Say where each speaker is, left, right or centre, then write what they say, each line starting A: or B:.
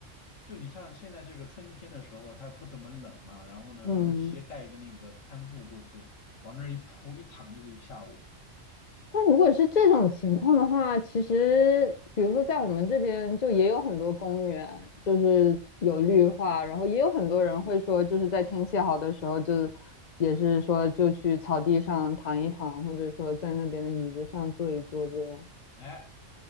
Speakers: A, on the left (about 75°); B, on the left (about 45°).
A: 就你像现在这个春天的时候，它不怎么冷嘛，然后呢，
B: 嗯，
A: 我就直接带一个那个摊布过去，往那儿一铺，一躺就是一下午。
B: 但如果是这种情况的话，其实比如说在我们这边就也有很多公园，就是有绿化，然后也有很多人会说，就是在天气好的时候就，
A: 啊，
B: 也是说就去草地上躺一躺，或者说在那边的椅子上坐一坐这样。
A: 哎，